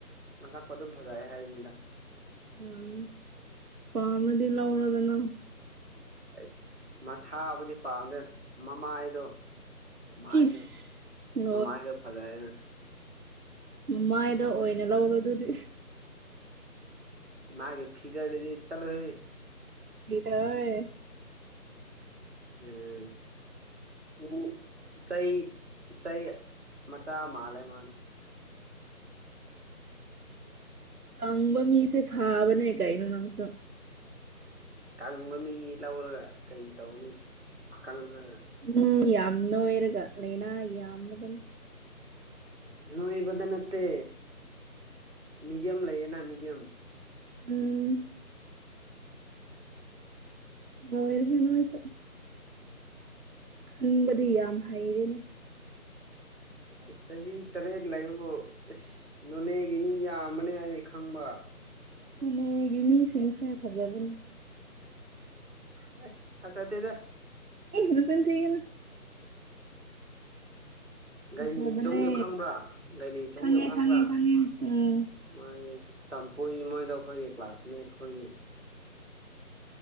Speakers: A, on the right; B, on the right.
A: ꯃꯁꯛꯄ ꯑꯗꯨꯝ ꯐꯖꯑ ꯍꯥꯏꯕꯅꯤꯗ
B: ꯎꯝ ꯄꯃꯦꯗꯤꯂ ꯎꯔꯗꯅ
A: ꯑꯩ ꯃꯁꯥꯕꯨꯗꯤ ꯄꯥꯝꯗꯦ ꯃꯃꯥꯏꯗꯣ ꯃꯃꯥꯏꯗ
B: ꯏꯁ
A: ꯃꯃꯥꯏꯥꯏꯗ ꯐꯖꯅ
B: ꯃꯥꯏꯗ ꯑꯣꯏꯅ ꯂꯧꯔꯣ ꯑꯗꯨꯗꯤ
A: ꯃꯥꯒꯤꯦ ꯐꯤꯒꯥꯔꯦꯗꯤ ꯆꯂꯣ ꯍꯦ
B: ꯀꯔꯤꯗꯑꯦ
A: ꯎꯝ ꯎ ꯆꯩ ꯆꯩ ꯃꯆꯥ ꯃꯥꯜꯂꯦ ꯃꯥꯂꯦ
B: ꯀꯝꯕ ꯃꯤꯁꯦ ꯐꯥꯕꯅꯦ ꯀꯥꯏꯩꯅ ꯅꯁ
A: ꯀꯪꯕ ꯃꯤ ꯂꯧꯔꯒ ꯀꯔꯤ ꯇꯧꯅꯤ ꯀꯪꯉꯒ
B: ꯎꯝ ꯌꯥꯝꯅ ꯑꯣꯏꯔꯒ ꯂꯥꯏꯅꯥ ꯌꯥꯝꯅꯕꯅꯦ
A: ꯅꯣꯏꯕꯗ ꯅꯠꯇꯦ ꯃꯤꯗꯤꯌꯝ ꯂꯩꯌꯦꯅ ꯃꯤꯗꯤꯌꯝ
B: ꯎꯝ ꯑꯣ ꯑꯣꯏꯔ ꯍꯅꯁ ꯎꯝꯕꯗꯤ ꯌꯥꯝꯃ ꯍꯥꯏꯗꯦꯅꯦ
A: ꯑꯩ ꯆꯍꯤ ꯇꯔꯦꯠ ꯂꯩꯕꯕꯨ ꯑꯁ ꯅꯣꯅꯦꯒꯤ ꯃꯤ ꯌꯥꯝꯕꯅꯦ ꯑꯩ ꯈꯪꯕ
B: ꯃꯅꯦꯒꯤꯃꯤꯁꯤ ꯏꯁꯦ ꯐꯖꯕꯅꯤ
A: ꯅ ꯈ ꯆ ꯇꯦꯗ
B: ꯁꯅ ꯊꯒꯅ
A: ꯒꯥꯏꯅꯤ
B: ꯐꯖꯕꯅꯦ
A: ꯆꯣꯡ ꯌꯣ ꯈꯪꯕ꯭ꯔꯥ ꯒꯥꯏꯅꯤ ꯆꯣꯡ
B: ꯈꯪꯉꯦ
A: ꯌꯎ ꯈꯪꯕ꯭ꯔꯥ
B: ꯈꯪꯉꯦ ꯈꯪꯉꯦ ꯎꯝ
A: ꯃꯣꯏ ꯄꯨꯏ ꯃꯣꯏꯗ ꯑꯩꯈꯣꯏꯒꯤ ꯀ꯭ꯂꯥꯁꯃꯦꯠ ꯑꯩꯈꯣꯏꯅꯤ